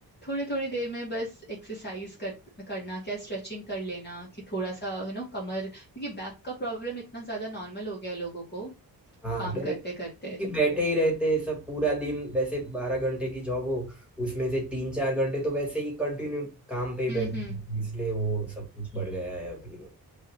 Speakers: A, on the left (about 25°); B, in the centre.
A: थोड़े थोड़े देर में बस एक्सरसाइज कर करना क्या स्ट्रेचिंग कर लेना कि थोड़ा सा यू नो कमर क्योंकि बैक का प्रॉब्लम इतना ज्यादा नॉर्मल हो गया है लोगों को
B: हाँ
A: काम
B: बैठ
A: करते करते
B: कि बैठे ही रहते हैं सब पूरा दिन वैसे बारह घंटे की जॉब हो उसमें से तीन चार घंटे तो वैसे ही कंटिन्यू काम पे ही
A: हम्म
B: बैठे
A: हम्म
B: इसलिए वो सब कुछ बढ़ गया है अभी